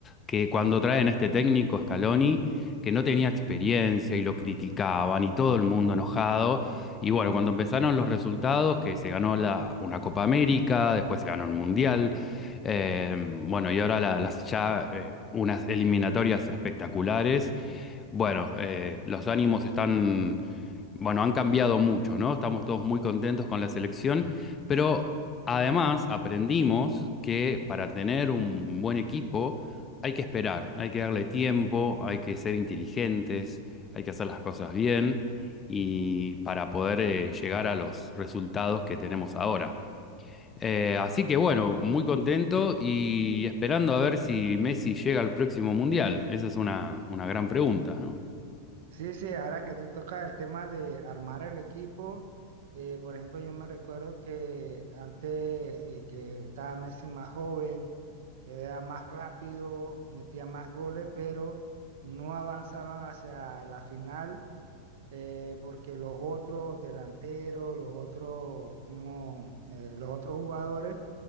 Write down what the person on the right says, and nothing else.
Sí, sí, ahora que tú tocas el tema de armar el equipo, eh, por ejemplo, yo me recuerdo que antes eh, que estaba Messi más joven, era más rápido, metía más goles, pero no avanzaban hacia la final eh, porque los otros delanteros, los otros, como, eh, los otros jugadores